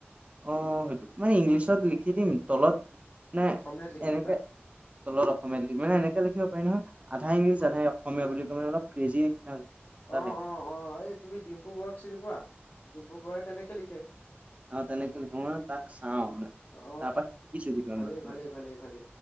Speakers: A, on the right; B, on the left.
A: অঁ সেইটো মানে ইংলিছত লিখি দিম তলত নে
B: অসমীয়াত লিখি
A: এনেকে
B: দিবা
A: তলৰ অসমীয়া লিখিম মানে এনেকে লিখিব পাৰি নহয় আধাই ইংলিছ আধাই অসমীয়া বুলি ক মানে অলপ ক্ৰেজি নিচিনা তালে
B: অঁ অঁ অঁ এই তুমি ডিম্পু বৰুৱাক চিনি পোৱা? ডিম্পু বৰুৱাই তেনেকে লিখে।
A: অঁ তেনেকে লিখে, মই মানে তাক চাওঁ মানে,
B: অ অ
A: তাৰপাৰা শিকিছোঁ কিছুমান
B: ভালেই
A: কথা
B: ভালেই
A: মানে।
B: ভালেই ভালেই